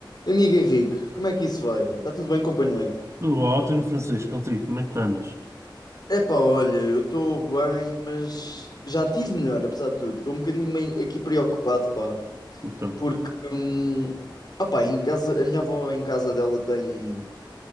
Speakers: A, on the left; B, on the right.
A: Amigo Henrique, como é que isso vai? Está tudo bem, companheiro?
B: Tudo ótimo, Francisco, contigo, como é que estás?
A: Epá, olha, eu estou bem, mas já tive melhor, apesar de tudo. Estou um bocadinho meio aqui preocupado, pá,
B: Então,
A: porque, hum, ah pá, em casa, a minha avó em casa dela tem,